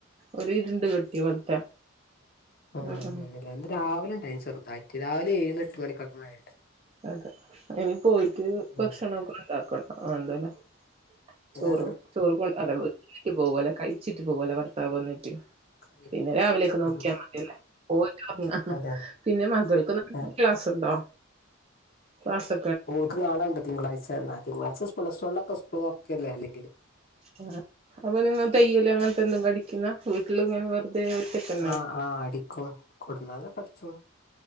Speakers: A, on the right (about 30°); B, on the left (about 45°).
A: ഒരു ഇരുണ്ട് കെട്ടിയ പോലത്തെ
B: ആ
A: ഉം
B: അങ്ങന
A: ഉം
B: അല്ലെ ഇന്ന് രാവിലെ ഉണ്ടായിന് ചെറുതായിട്ട് രാവിലെ എഴുമണി എട്ട് മണിക്കൊക്കെ മഴണ്ട്.
A: അതെ ഇനി പോയിട്ട് ഭക്ഷണൊക്കെ
B: ഉം
A: ഉണ്ടാക്കൻ ഉണ്ടലെ... ചോറോ
B: ഏഹ്
A: ചോറ് കൊ അല്ലെ വന്നിട്ട്പോവലെ കഴിച്ചിട്ട് പോകുലെ ഭർത്താവ് വന്നിട്ട്...
B: കഴിച്ചിട്ട്
A: പിന്നെ രാവിലെക്ക്
B: പോവും
A: നോക്കിയാൽ
B: ഉം
A: മതിയ ല്ലേ പോയിട്ടെ റങ്ങാ..
B: അതെ
A: പിന്നെ മകൾക്ക് നാ
B: ഏഹ്
A: ളെ ക്ലാസുൻണ്ടോ... ക്ലാസ്..
B: ഓൾക്ക് നാളുണ്ട് തിങ്കളാഴ്ച തിങ്കളായ്ച്ച പ്ലസ് ഒൺക്കെ സ്കൂൾ തെറക്കല്ലെ അല്ലെങ്കിലും...
A: ആ അപ്പൊ നിങ്ങൾ തെയ്യല് അങ്ങനത്തെ എന്താങ്കിലുംഠിക്കുന്നെ വീട്ടിൽ ഇങ്ങനെ വെറുതെ... തെ ഓറ്റ ക്കൽ..
B: ആഹ് ആഹ് അടിക്കും കൊടുന്നാലെക്കെ അടിച്ചും കൊട്...